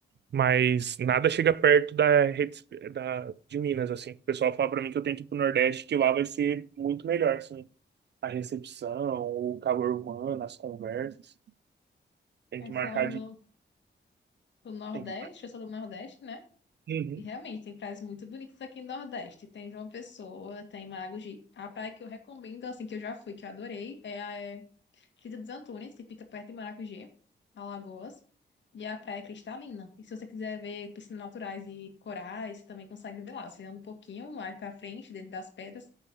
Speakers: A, on the right; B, on the left.
A: Mas nada chega perto da rede da, de Minas, assim. O pessoal fala pra mim que eu tenho que ir pro Nordeste, que lá vai ser muito melhor, assim. A recepção, o calor humano, as conversas. Tem
B: É
A: que
B: falando
A: marcar de.
B: do Nordeste,
A: Tem que...
B: eu sou do Nordeste, né?
A: Uhum.
B: E realmente tem praias muito bonitas aqui no Nordeste. Tem João Pessoa, tem Maragogi. A praia que eu recomendo, assim, que eu já fui, que eu adorei, é a é Quinta dos Antunes, que fica perto de Maracujê, Alagoas, e a praia é cristalina. E se você quiser ver piscinas naturais e corais, você também consegue ver lá. Você anda um pouquinho mais pra frente, dentro das pedras,